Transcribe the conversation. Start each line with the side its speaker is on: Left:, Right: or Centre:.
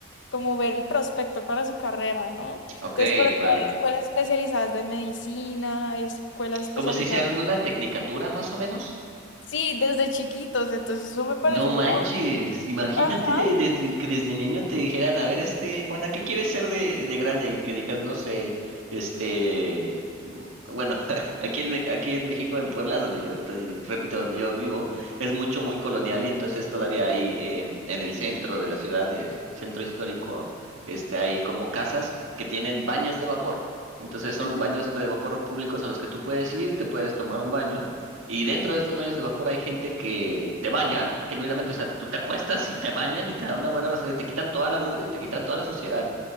Left: como ver el prospecto para su carrera, ¿no?
Right: Ok,
Left: Entonces, por ejemplo,
Right: vale.
Left: hay escuelas especializadas de medicina, hay escuelas especializadas,
Right: Como si hicieran una tecnicatura más o menos.
Left: sí, desde chiquitos, entonces eso me pareció
Right: No manches,
Left: como...
Right: imagínate
Left: Ajá,
Right: de- desde, que desde niño te dijeran, a ver, este, Juana, ¿qué quieres ser de, de grande? Y que digas, no sé, este, mm, bueno, <laughs> aquí en, Me- aquí en México, en Puebla, donde yo, donde- repito, donde yo vivo, es mucho, muy colonial y entonces todavía hay em, en el centro de la ciudad, eh, el centro histórico, este, hay como casas que tienen baños de vapor. Entonces son
Left: ujú,
Right: baños de vapor públicos a los que tú puedes ir, te puedes tomar un baño. Y dentro de estos baños de vapor hay gente que te baña, genuinamente, o sea, tú te acuestas y te bañan y te dan una buena rasada y te quitan toda la mugre, te quitan toda la suciedad.